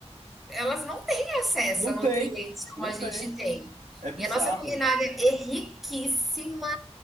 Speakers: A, in the centre; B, on the right.
A: elas não têm acesso
B: Não
A: a nutrientes
B: tem,
A: como
B: não
A: a gente
B: tem.
A: tem.
B: É bizarro
A: E a nossa culinária
B: isso.
A: é riquíssima,